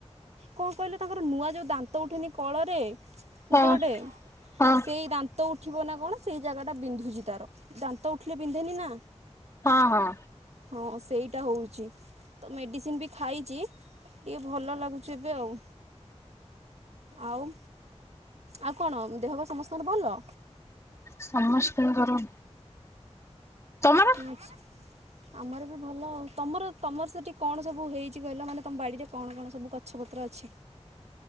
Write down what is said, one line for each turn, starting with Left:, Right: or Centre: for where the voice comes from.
Right: କଣ କହିଲ ତାଙ୍କର ନୂଆ ଯୋଉ ଦାନ୍ତ ଉଠେନି କଳରେ ଗୋଟେ
Left: ହଁ
Right: ଗୋଟେ ହଁ
Left: ହଁ
Right: ସେଇ ଦା ଦାନ୍ତ ଉଠିବ ନା କଣ ସେଇ ଜାଗା ଟା ବିନ୍ଧୁଛି ତାର ଦାନ୍ତ ଉଠିଲେ ବିନ୍ଧେନି ନା
Left: ହଁ ହଁ
Right: ହଁ ସେଇଟା ହେଉଛି ତ ମେଡ଼ିସିନ ବି ଖାଇଛି ଟିକେ ଭଲ ଲାଗୁଛି ଚି ଏବେ ଆଉ ଆଉ ଆଉ କଣ ଦେହ ପା ସମସ୍ତଙ୍କର ଭଲ।
Left: ସମସ୍ତଙ୍କର ତମର?
Right: ପାଞ୍ଚ ଆମର ବି ଭଲ ଆଉ ତମର ତମର ସେଠି କଣ ସବୁ ହେଇଛି କହିଲ ମାନେ ତମ ବାଡିରେ କଣ କଣ ସବୁ କ ଗଛପତ୍ର ଅଛି